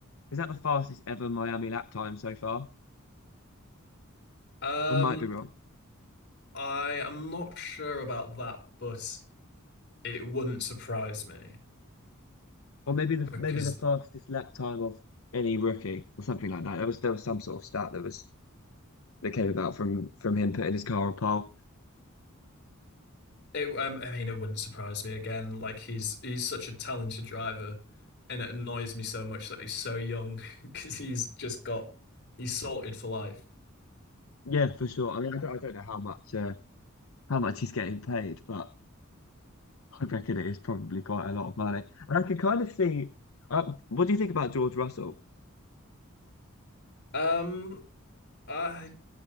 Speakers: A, on the left; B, on the left.
A: Is that the fastest ever Miami lap time so far?
B: Um,
A: I might be wrong,
B: I am not sure about that, but it wouldn't surprise me
A: or maybe the
B: because
A: maybe the fastest lap time of any rookie or something like that. There was there was some sort of stat that was that came about from from him putting his car on pole.
B: It, um, I mean, it wouldn't surprise me again. Like he's he's such a talented driver, and it annoys me so much that he's so young <laughs> because he's just got he's sorted for life.
A: Yeah, for sure. I mean, I don't, I don't know how much uh, how much he's getting paid, but. I reckon it is probably quite a lot of money. And I can kind of see. Uh, what do you think about George Russell?
B: Um, I